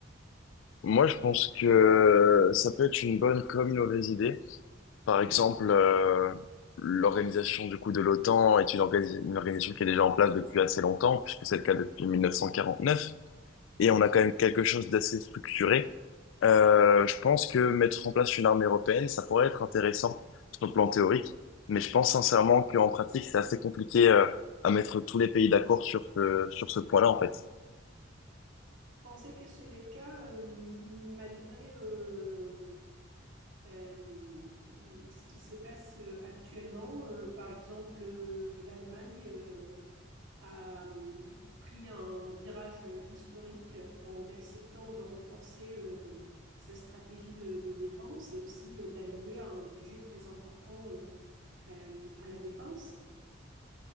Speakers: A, on the left (about 85°); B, on the right (about 80°).
A: Moi, je pense que ça peut être une bonne comme une mauvaise idée. Par exemple, euh, l'organisation du coup de l'OTAN est une, organi- une organisation qui est déjà en place depuis assez longtemps, puisque c'est le cas depuis 1949. et on a quand même quelque chose d'assez structuré. Euh, je pense que mettre en place une armée européenne, ça pourrait être intéressant sur le plan théorique, mais je pense sincèrement qu'en pratique, c'est assez compliqué euh, à mettre tous les pays d'accord sur ce, sur ce point-là, en fait.
B: Pensez que ce n'est le cas euh, malgré euh, Euh, ce qui se passe euh, actuellement, euh, par exemple, euh, l'Allemagne euh, a euh, pris un virage historique en acceptant de renforcer euh, sa stratégie de, de défense et aussi euh, d'allouer un budget très important euh, euh, à la défense.